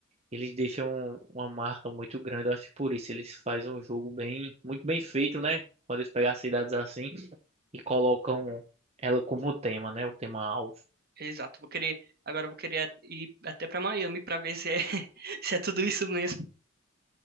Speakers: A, on the right; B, on the right.
A: eles deixam uma marca muito grande. Eu acho que por isso eles fazem um jogo bem, muito bem feito, né? Quando eles pegam as cidades assim e colocam ela como tema, né? O tema alvo.
B: Exato, vou querer, agora eu vou querer ir até pra Miami pra ver se é, <laughs> se é tudo isso mesmo.